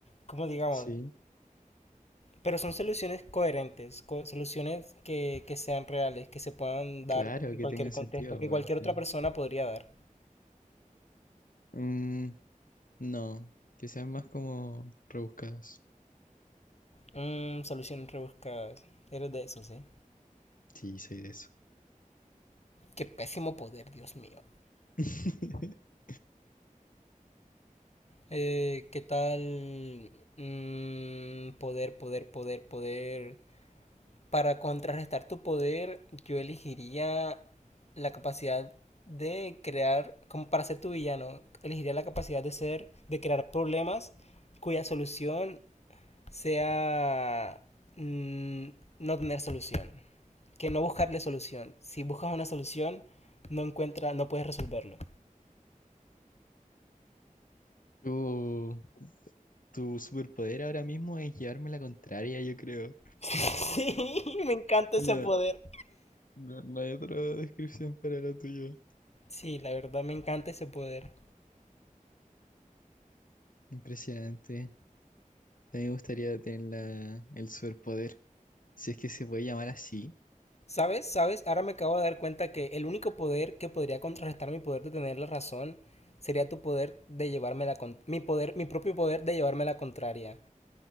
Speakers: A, on the left; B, on the left.
A: Como digamos,
B: Sí,
A: Pero son soluciones coherentes, co- soluciones que, que sean reales, que se puedan dar
B: claro
A: en
B: que
A: cualquier
B: tengan
A: contexto,
B: sentido
A: que cualquier
B: al final.
A: otra persona podría dar.
B: Mm, no, quizás más como rebuscados.
A: Mm, soluciones rebuscadas. Eres de eso, ¿sí?
B: Sí, soy de eso.
A: Qué pésimo poder, Dios mío.
B: <laughs>
A: Eh, ¿qué tal? Mm, poder, poder, poder, poder. Para contrarrestar tu poder, yo elegiría la capacidad de crear, como para ser tu villano, elegiría la capacidad de ser, de crear problemas cuya solución sea mm, no tener solución, que no buscarle solución. Si buscas una solución, no encuentra, no puedes resolverlo.
B: Tu, tu superpoder ahora mismo es llevarme la contraria, yo creo.
A: <laughs> sí, me encanta ese
B: No,
A: poder.
B: no, no hay otra descripción para la tuya.
A: Sí, la verdad me encanta ese poder.
B: Impresionante. También me gustaría tener la, el superpoder. Si es que se puede llamar así.
A: ¿Sabes? ¿Sabes? Ahora me acabo de dar cuenta que el único poder que podría contrarrestar mi poder de tener la razón sería tu poder de llevarme la con- mi poder, mi propio poder de llevarme la contraria.